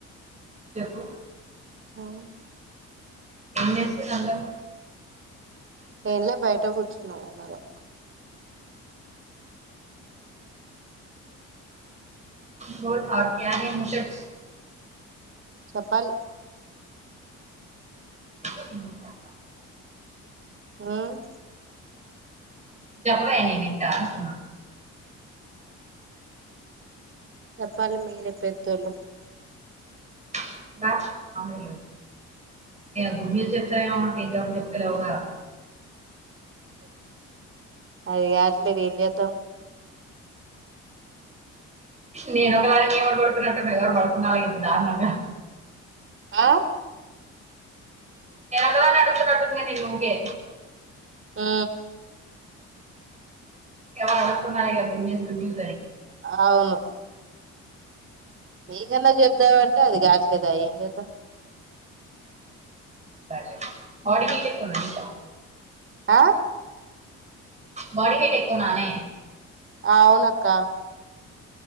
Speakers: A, on the right; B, on the right.
A: చెప్పు
B: మ్మ్
A: ఏంచేస్తుర్రు అందరూ
B: ఏం లే బయట కూర్చున్నాం అందరం
A: బోల్ <unintelligible> నీ ముచ్చట్స్
B: చెప్పాలి
A: <unintelligible>
B: మ్మ్
A: నువ్ చెప్పవే నేనింటా అంటున్న
B: చెప్పాలి మీరే పెద్దోళ్ళు
A: <unintelligible> మమ్మీ ఇగ భూమ్మీద చెప్తవేమో <unintelligible> చెప్తలేవుగా
B: అది కాట్లేదు ఏం చేద్దాం
A: నేనొకదాన్ని ఏమననుకుంట్ <unintelligible> పడుకున్నావా ఇంక దారుణంగా
B: ఆ
A: నేనొక్కదాన్నే అడుగుతున్నట్టుంది గా నిన్ను ఊకె
B: మ్మ్
A: ఎవ అనక్కు మరి బూమ్మీద <unintelligible>
B: అవును మీకన్నా చెద్దామంటే అది కాట్లేదు అ ఏం చేద్దాం
A: సరే మామిడికాయ్ చెట్టుందా నీకు
B: ఆ
A: మామిడికాయి చెట్టుందానే
B: ఆ అవునక్క